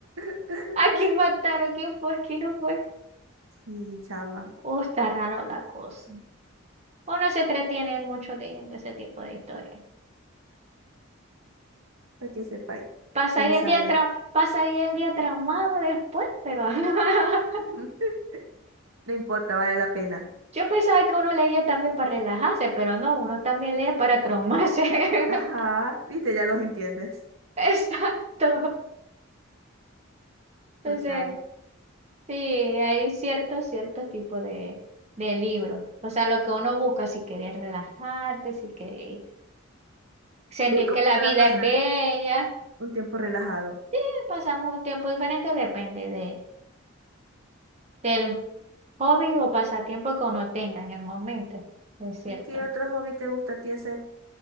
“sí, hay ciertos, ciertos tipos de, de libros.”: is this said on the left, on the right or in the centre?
Right